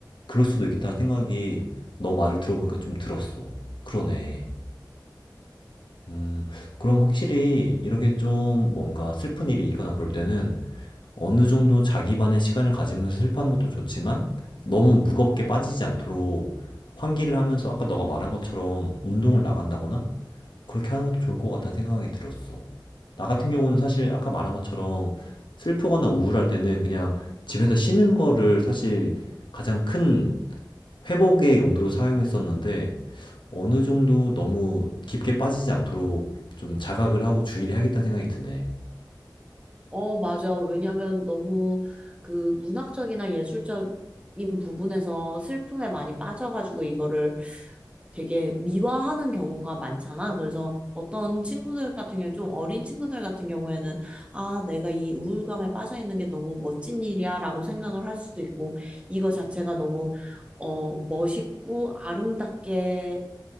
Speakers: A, on the left (about 85°); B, on the right (about 15°).
A: 그럴 수도 있겠다는 생각이 너 말을 들어보니까 좀 들었어. 그러네. 음, 그럼 확실히 이렇게 좀 뭔가 슬픈 일이 있거나 그럴 때는 어느 정도 자기만의 시간을 가지면서 슬퍼하는 것도 좋지만 너무 무겁게 빠지지 않도록 환기를 하면서 아까 너가 말한 것처럼 운동을 나간다거나 그렇게 하는 것도 좋을 것 같다는 생각이 들었어. 나 같은 경우는 사실 아까 말한 것처럼 슬프거나 우울할 때는 그냥 집에서 쉬는 거를 사실 가장 큰 회복의 용도로 사용했었는데 어느 정도 너무 깊게 빠지지 않도록 좀 자각을 하고 주의를 해야겠다는 생각이 드네.
B: 어, 맞아. 왜냐면 너무 그 문학적이나 예술적인 부분에서 슬픔에 많이 빠져가지고 이거를 되게 미화하는 경우가 많잖아. 그래서 어떤 친구들 같은 경우, 좀 어린 친구들 같은 경우에는 아, 내가 이 우울감에 빠져 있는 게 너무 멋진 일이야 라고 생각을 할 수도 있고 이거 자체가 너무 어, 멋있고 아름답게